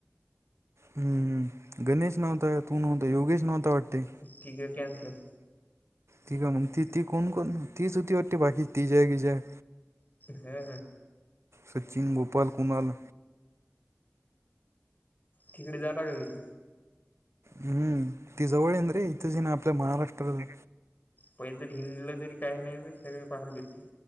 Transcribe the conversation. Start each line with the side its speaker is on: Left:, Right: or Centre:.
Right: हम्म् गणेश नव्हता तू नव्हता योगेश नव्हता वाटते
Left: कक कॅनसल
Right: ती का मग ती ती कोण कोण तीचती वाटते बाकी ती जे की जय
Left: हा
Right: सचिन गोपाल कुणाल
Left: ठिकडी जाला का तथ
Right: हम्म ती जवळ येन रे इथे जी ना आपल्या महाराष्ट्रला
Left: पहि जरी हिडलं तरी काही नाही सगळ पाहाल भेटे